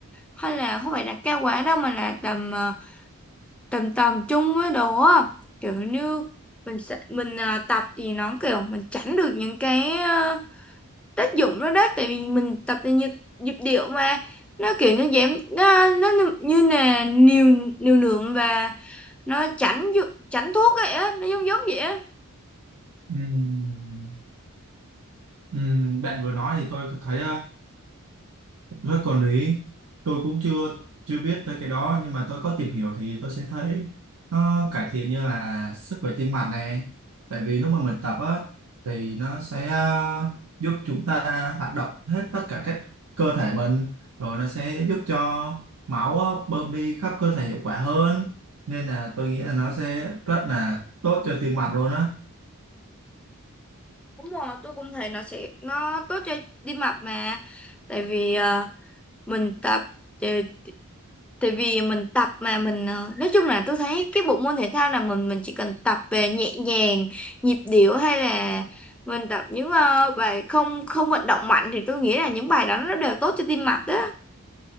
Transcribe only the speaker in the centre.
hay là không phải là cao quá đâu mà là tầm ờ, tầm tầm trung với đồ á kiểu như mình sẽ mình ờ, tập thì nó kiểu mình tránh được những cái ờ, tác dụng đó đó tại vì mình tập thì nhịp, nhịp điệu mà nó kiểu nó giảm nó nó như như là liều liều lượng và nó tránh dụ- tránh thuốc vậy á nó giống giống vậy á
Đúng rồi, tôi cũng thấy nó sẽ nó tốt cho tim mạch mà. Tại vì ờ, mình tập tại tại vì mình tập mà mình ờ, nói chung là tôi thấy cái bộ môn thể thao là mình mình chỉ cần tập về nhẹ nhàng, nhịp điệu hay là mình tập những ờ, bài không không vận động mạnh thì tôi nghĩ là những bài đó nó đều tốt cho tim mạch đó.